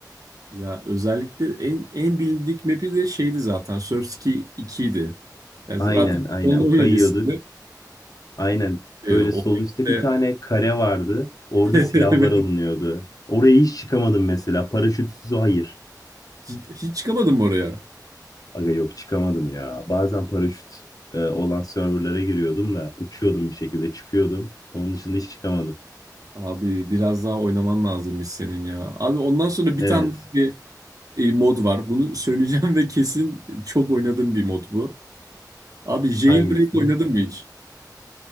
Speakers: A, on the right; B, on the left.
A: Ya özellikle en, en bilindik map'i de şeydi zaten. Surf Ski 2 idi. Yani zaten
B: Aynen, aynen.
A: onda
B: O
A: oynamışsın.
B: kayıyorduk. Aynen.
A: Ee,
B: Böyle
A: o
B: sol
A: map'te
B: üstte bir tane kare vardı. Orada
A: <laughs>
B: silahlar alınıyordu. Oraya hiç çıkamadım mesela. Paraşütsüz hayır.
A: hiç, hiç çıkamadım oraya.
B: Aga yok çıkamadım ya. Bazen paraşüt e, olan serverlara giriyordum da uçuyordum bir şekilde çıkıyordum. Onun dışında hiç çıkamadım.
A: Abi biraz daha oynaman lazımmış senin ya. Abi ondan sonra bir
B: Evet.
A: tane daha bir e, mod var. Bunu söyleyeceğim <laughs> ve kesin çok oynadığım bir mod bu. Abi Jailbreak
B: Hangisi?
A: oynadın mı hiç?